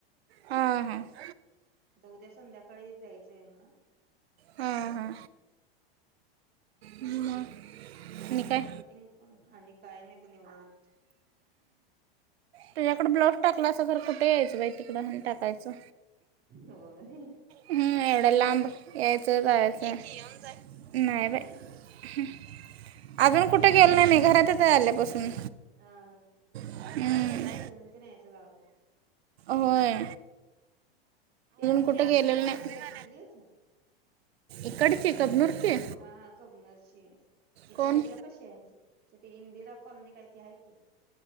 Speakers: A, on the right; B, on the right.
A: हां हां
B: आता उद्या संध्याकाळी द्यायचं आहे ना
A: हा हा मग आणि काय
B: आता कटिंग आणि काय नाही बघ निवांत
A: तुझ्याकडं ब्लाऊज टाकला अस तर कुठे यायचं बाई तिकड टाकायचं.
B: होय.
A: हम् एवढ्या लांब यायचं जायचं ये की येऊन जा की नाही बाई <inaudible> अजून कुठं
B: ते
A: गेलो
B: अनेक
A: नाही मी घरातच आहे आल्यापासून
B: अ
A: हं.
B: जायच जरा फिरून तेन यायचं गावात
A: होय.
B: ती अजून
A: कुठं
B: एक
A: गेलेलं
B: मैत्रिण
A: नाही
B: आलीया ग तिथलीच
A: इकडची कबनूरची
B: हा कबनूरची इथं
A: कोण
B: ह्याच्या पाशी हाय इथं इंदिरा कॉलनी काय ते हाय की